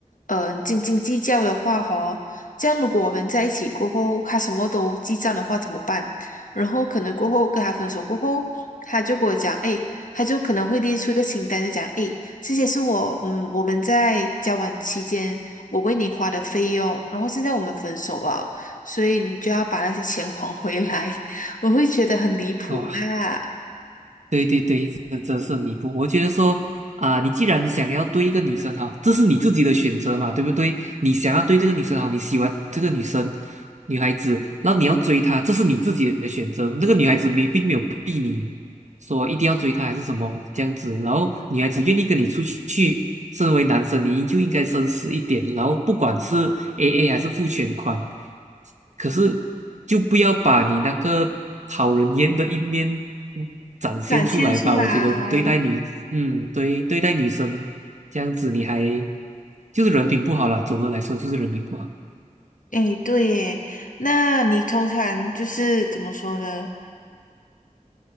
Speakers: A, on the left; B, on the right.
A: 嗯、呃斤斤计较的话哦，这样如果我们在一起过后，他什么都记账的话怎么办？然后可能过后跟他分手过后，他就跟我讲，哎，他就可能会列出一个清单，就讲，诶，这些是我，嗯，我们在交往期间我为你花的费用，然后现在我们分手了，所以你就要把那些钱 <laughs> 还回来。<laughs> 我会觉得很离谱啦，
B: 哇。对对对，这这是弥补。我觉得说啊、你既然想要对一个女生好，这是你自己的选择嘛，对不对？你想要对这个女生好，你喜欢这个女生，女孩子，然后你要追她，这是你自己的选择。那个女孩子没并没有逼你说一定要追她还是什么这样子，然后女孩子愿意跟你出去，身为男生，你就应该绅士一点，然后不管是 AA 还是付全款，可是就不要把你那个讨人厌的一面嗯展现出来吧。
A: 展现出来。
B: 我觉得你对待你，嗯，对，对待女生这样子，你还就是人品不好啦。总的来说，就是人品不好。
A: 诶，对耶，那你通常就是怎么说呢？